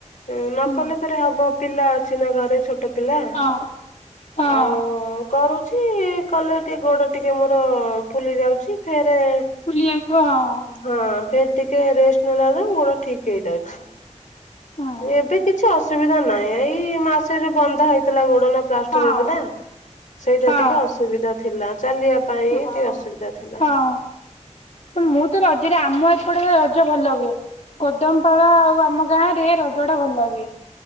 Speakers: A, on the left; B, on the left.
A: ନ
B: ହୁଁ
A: କଲେ ପେରେ ହବ ପିଲା ଅଛି ନା, ଘରେ ଛୋଟ ପିଲା।
B: ହଁ ହଁ।
A: ଆଉ-ଉ କରୁଛି-ଇ, କଲେ ଟି ଗୋଡ ଟିକେ ମୋର ଫୁଲି ଯାଉଛି। ଫେରେ
B: ଫୁଲିଆଉଥିବ ଆଉଁ।
A: ହଁ, ଫେର ଟିକେ ରେଷ୍ଟ ନେଲାରେ, ଗୋଡ ଠିକ୍ ହେଇଯାଉଛି।
B: ହଁ ହଁ।
A: ଏବେ କିଛି ଅସୁବିଧା ନାହିଁ। ଏଇ ମାସେ ଯୋଉ ବନ୍ଧା ହେଇଥିଲା ଗୋଡ ନା ପ୍ଳାଷ୍ଟର
B: ହଁ।
A: ହେଇଥିଲାଁ, ସେଇଟା
B: ହଁ
A: ଟିକେ ଅସୁବିଧା ଥିଲା ଚାଲିଆ ପାଇଁ
B: ହଁ
A: ଟିକେ ଅସୁବିଧା ଥିଲା।
B: ହଁ ମୁଁ ତ ରଜରେ ଆମ ଏପଟରେ ରଜ ଭଲ ହୁଏ। କୋଦମ୍ ପାଳ ଆଉ, ଆମ ଗାଁରେ, ରଜ ଟା ଭଲ ହୁଏ